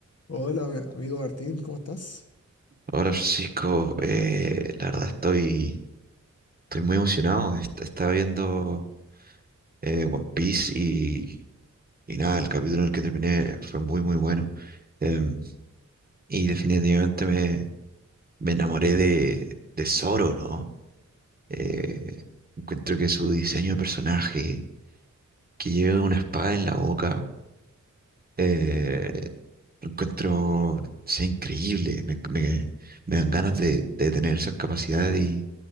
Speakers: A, on the left; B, on the right.
A: Hola, ami- amigo Martín, ¿cómo estás?
B: Hola Francisco, eh, la verdad estoy, estoy muy emocionado. Est- Estaba viendo eh, One Piece y, y nada, el capítulo en el que terminé fue muy muy bueno. Em, y definitivamente me, me enamoré de, de Zoro, ¿no? Eh, encuentro que su diseño de personaje, que lleve una espada en la boca, eh, lo encuentro, sea increíble. Me, me- me dan ganas de, de tener esas capacidades y,